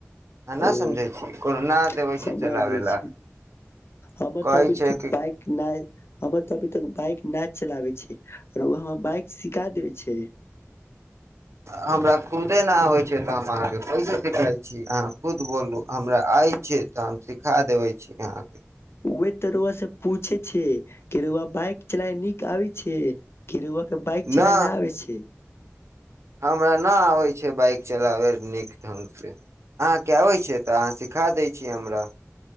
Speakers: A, on the right; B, on the left.
A: आ न
B: ओ
A: समझै छी कोनो न देबै
B: समझ
A: छै चलाबे
B: गेल
A: ला
B: छै हमर
A: कहै
B: तऽ अभी
A: छै
B: तक
A: कि
B: बइक नहि हमर तऽ अभी तक बाइक नहि चलाबै छै आर वहाँ बाइक सिखा देब छै
A: हमरा खुदे नहि आबैत छै तऽ हम अहाँके कैसे सिखाइ छी अहाँ खुद बोलू हमरा आय छै तऽ हम सिखा देबै छी अहाँके
B: उहे तऽ रउआ से पूछे छै कि रउआ बाइक चलाय नीक आबै छै कर व त बाइक चलाय
A: न
B: नहि आबै छै
A: हमरा नहि आबै छै बाइक चलाबय लेल नीक ढङ्गसँ अहाँके आबैत छै तऽ अहाँ सिखा दैत छी हमरा